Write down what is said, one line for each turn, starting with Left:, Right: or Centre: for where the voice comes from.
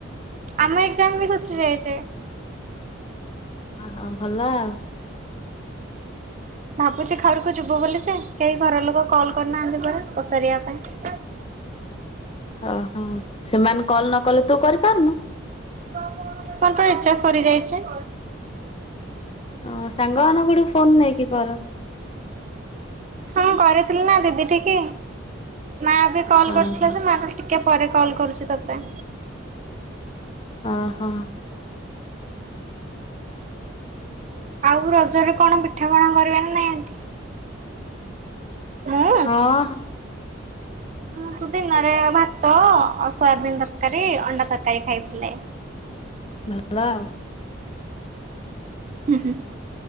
Right: ଆମ ଏଜାମ ବି ଘୁଞ୍ଚି ଯାଇଚି।
Left: ହହଁ ଭଲ ଆଉ।
Right: ଭାବୁଛି ଘରକୁ ଯିବୁ ବୋଲି ଯେ କେହି ଘର ଲୋକ କଲ୍ କରିନାହାନ୍ତି ପରା ପଚାରିବା ପାଇଁ।
Left: ଓହୋ ସେମାନେ କଲ ନ କଲେ ତୁ କରିପାରୁନୁ।
Right: କଣ ମୋର ପା ରିଚ଼ାଜ ସରିଯାଇଛି।
Left: ହ ସାଙ୍ଗ ମାନଙ୍କଠୁ ଫୋନ୍ ନେଇକି କର।
Right: ହଁ କରିଥିଲି ନା ଦିଦି ଠିକେ ମା ବି କଲ୍
Left: ଓହୋ।
Right: କରିଥିଲା ସେ ମାଙ୍କ ଟିକେ ପରେ କଲ କରୁଛି ତୋତେ।
Left: ହ ହଁ।
Right: ଆଉ ରଜରେ କଣ ପିଠାପଣା କରିବେ ନା ନାଇଁ ମୁଁ
Left: ହଁ।
Right: <inaudible> ଦିନରେ ଭାତ ଆଉ ସୋୟାବିନ ତରକାରୀ ଅଣ୍ଡା ତରକାରୀ ଖାଇଥିଲେ।
Left: ଭଲ ଆଉ।
Right: ହୁଁ